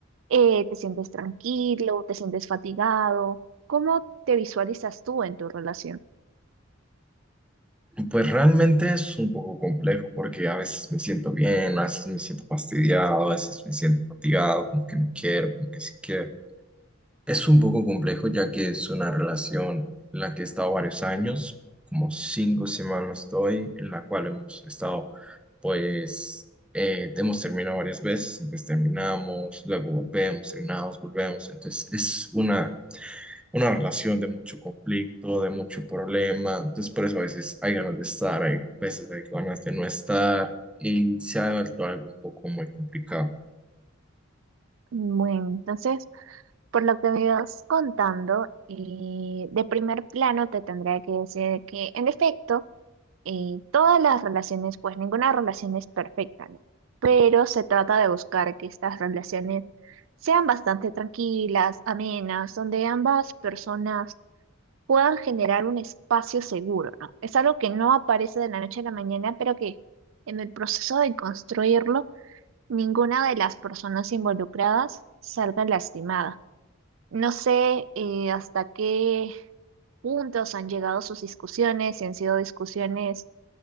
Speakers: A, on the right; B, in the centre.
A: eh, te sientes tranquilo, te sientes fatigado, ¿cómo te visualizas tú en tu relación?
B: Pues realmente es un poco complejo porque a veces me siento bien, a veces me siento fastidiado, a veces me siento fatigado, como que no quiero, como que sí quiero. Es un poco complejo ya que es una relación en la que he estado varios años, como cinco semanas estoy, en la cual hemos estado, pues, eh, hemos terminado varias veces, entonces terminamos, luego volvemos, terminamos, volvemos, entonces es una una relación de mucho conflicto, de mucho problema. Entonces, por eso a veces hay ganas de estar, hay veces hay ganas de no estar y se ha vuelto algo un poco muy complicado.
A: Bueno, entonces, por lo que me ibas contando, eh, de primer plano te tendría que decir que, en efecto, eh, todas las relaciones, pues ninguna relación es perfecta, ¿no? Pero se trata de buscar que estas relaciones sean bastante tranquilas, amenas, donde ambas personas puedan generar un espacio seguro, ¿no? Es algo que no aparece de la noche a la mañana, pero que en el proceso de construirlo, ninguna de las personas involucradas salga lastimada. No sé eh, hasta qué puntos han llegado sus discusiones, si han sido discusiones